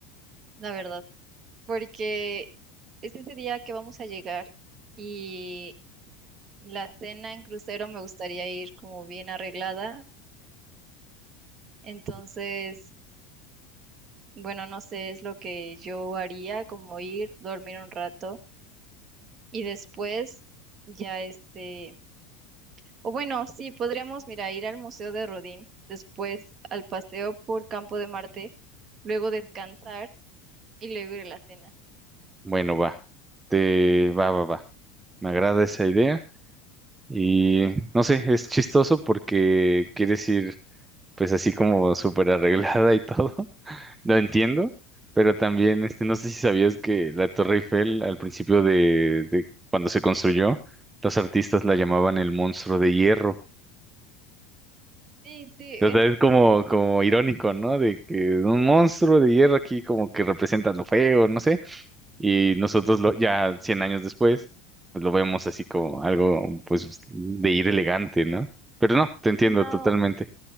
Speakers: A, on the right (about 40°); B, on the right (about 15°).
A: la verdad, porque es ese día que vamos a llegar y la cena en crucero me gustaría ir como bien arreglada, entonces, bueno, no sé, es lo que yo haría, como ir, dormir un rato y después ya este O bueno, sí, podríamos, mira, ir al Museo de Rodin, después al paseo por Campo de Marte, luego descansar y luego ir a la cena.
B: Bueno, va, te va, va, va. Me agrada esa idea y no sé, es chistoso porque quieres ir. pues así como súper arreglada y todo. <laughs> Lo entiendo, pero también, este, no sé si sabías que la Torre Eiffel al principio de, de cuando se construyó, los artistas la llamaban el monstruo de hierro.
A: Sí, sí,
B: O sea,
A: en-
B: es como, como irónico, ¿no? De que un monstruo de hierro aquí como que representa lo feo, no sé. Y nosotros lo, ya 100 años después, pues lo vemos así como algo, pues, de ir elegante, ¿no? Pero no, te entiendo
A: no,
B: totalmente.